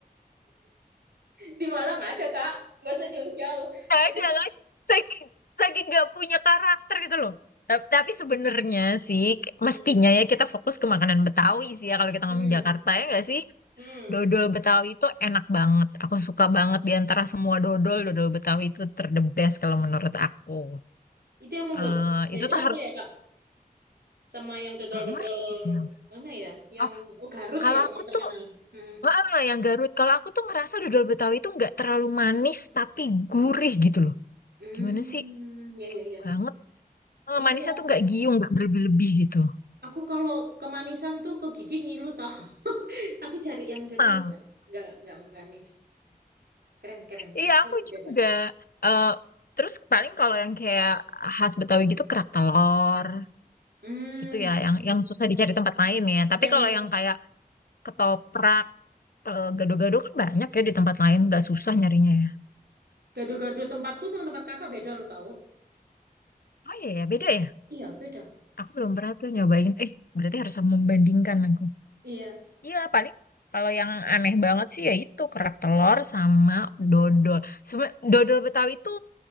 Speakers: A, on the right; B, on the left.
A: Di Malang ada, Kak. Nggak usah jauh-jauh.
B: nggak
A: Jadi,
B: ada kan saking saking nggak punya karakter gitu loh Ta- tapi sebenarnya sih k- mestinya
A: Hmm.
B: ya kita fokus ke makanan Betawi sih ya kalau kita
A: Hmm.
B: ngomong Jakarta ya nggak sih
A: Hmm.
B: dodol Betawi itu enak banget aku suka banget di antara semua dodol dodol Betawi itu terdebes kalau menurut aku
A: Itu yang membuat
B: Eh,
A: beda
B: itu tuh
A: apa
B: harus
A: ya, Kak? Sama yang dodol-dodol
B: nggak ngerti Bang.
A: mana ya? Yang
B: oh
A: oh, Garut
B: kalau
A: ya
B: aku
A: yang terkenal.
B: tuh
A: Hmm.
B: ah, yang Garut kalau aku tuh ngerasa dodol Betawi itu nggak terlalu manis tapi gurih gitu loh
A: Hmm.
B: gimana sih
A: Ya, ya, ya.
B: banget eh,
A: Iya,
B: manisnya
A: ya.
B: tuh nggak giung nggak berlebih-lebih gitu
A: Aku kalau kemanisan tuh ke gigi ngilu tau. <laughs> Aku cari yang
B: Emang,
A: dodol nggak nggak nggak manis. Keren, keren.
B: iya
A: Itu
B: aku
A: dicoba.
B: juga. Eh, terus paling kalau yang kayak khas Betawi gitu kerak telur
A: Hmm.
B: gitu ya, yang
A: Hmm.
B: yang susah dicari tempat lain ya. Tapi
A: Ya, ya.
B: kalau yang kayak ketoprak, eh, gado-gado kan banyak ya di tempat lain, nggak susah nyarinya ya.
A: Gado-gado tempatku sama tempat kakak beda lo tau.
B: Oh iya ya, beda ya.
A: Iya, beda.
B: Aku belum pernah tuh nyobain. Eh, berarti harus membandingkan aku.
A: Iya.
B: Iya, paling kalau yang aneh banget sih ya itu kerak telur sama dodol. Sama dodol Betawi itu